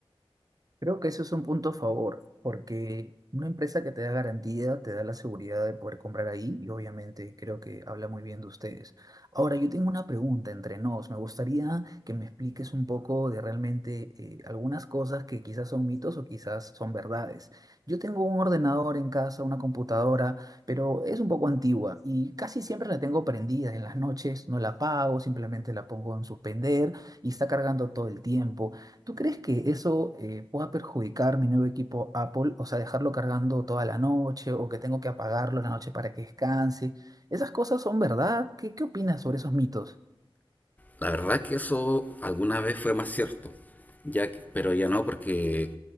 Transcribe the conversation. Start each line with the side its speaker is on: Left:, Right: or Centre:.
Right: Creo que eso es un punto a favor, porque una empresa que te da garantía, te da la seguridad de poder comprar ahí y obviamente creo que habla muy bien de ustedes. Ahora, yo tengo una pregunta entre nos. Me gustaría que me expliques un poco de realmente eh, algunas cosas que quizás son mitos o quizás son verdades. Yo tengo un ordenador en casa, una computadora, pero es un poco antigua y casi siempre la tengo prendida en las noches, no la apago, simplemente la pongo en suspender y está cargando todo el tiempo. ¿Tú crees que eso eh, pueda perjudicar mi nuevo equipo Apple? O sea, dejarlo cargando toda la noche o que tengo que apagarlo en la noche para que descanse. ¿Esas cosas son verdad? ¿Qué, qué opinas sobre esos mitos?
Left: La verdad es que eso alguna vez fue más cierto, ya que- pero ya no porque,